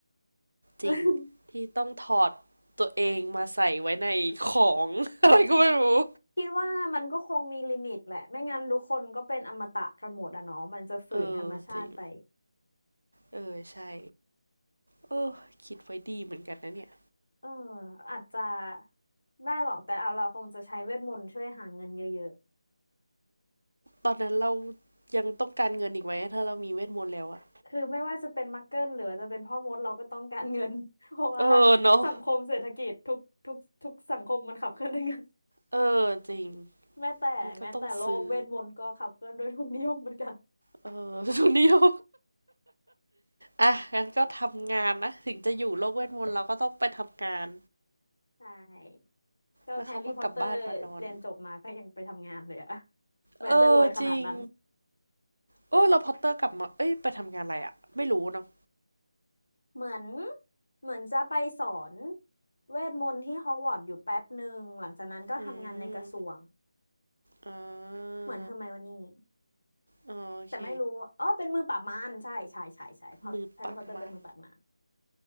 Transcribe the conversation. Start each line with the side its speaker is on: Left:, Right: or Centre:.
Left: <laughs>
Right: จริงที่ต้องถอดตัวเองมาใส่ไว้ในของ <laughs> อะไรก็ไม่รู้
Left: คิดว่ามันก็คงมีลิมิตแหละไม่งั้นทุกคนก็เป็นอมตะกันหมดอะเนาะมันจะฝืนธรรมชาติไป
Right: เออจริงเออใช่เออคิดไว้ดีเหมือนกันนะเนี่ย
Left: เอออาจจะไม่หรอกแต่เอาเราคงจะใช้เวทมนต์ช่วยหาเงินเยอะ
Right: ตอนนั้นเรายังต้องการเงินอีกไหมถ้าเรามีเวทมนต์แล้วอะ
Left: ๆคือไม่ว่าจะเป็นมักเกิลหรือว่าจะเป็นพ่อมดเราก็ต้องการเงิน <laughs> เพราะว่า
Right: เออเนาะ
Left: สังคมเศรษฐกิจทุกทุกทุกสังคมมันขับเคลื่อนด้วยเงิน
Right: เออจริง
Left: แม้แต่แม้แต่โลกเวทมนต์ก็ขับเคลื่อนด้วยทุนนิยมเหมือนกัน
Right: มันก็ต้องซื้อเออ <laughs> ทุนเดียวอ่ะงั้นก็ทำงานนะถึงจะอยู่โลกเวทมนต์เราก็ต้องไปทำงาน
Left: ใช่ก็แฮร์รี่พอตเตอร์เรียนจบมาก็ยังไปทำงานเลยอะ
Right: แล้วเขาก็กลับบ้านมานอน
Left: แม้จะรวยขนาดนั้น
Right: เออจริงเออเราพอตเตอร์กลับมาเอ้ยไปทำงานอะไรอะไม่รู้เนาะ
Left: เหมือนเหมือนจะไปสอนเวทมนต์ที่ฮอกวอตส์อยู่แป๊บหนึ่งหลังจากนั้นก็ทำงานในกระทรวง
Right: อืมอ่
Left: เหมือนเฮอร์ไมโอนี่
Right: าอ๋อโอเค
Left: แต่ไม่รู้อ๋อเป็นมือปราบมารใช่ใช่ใช่ใช่เพราะแฮร์รี่พอตเตอร์เป็นมือปราบมาร
Right: มือปรับมัน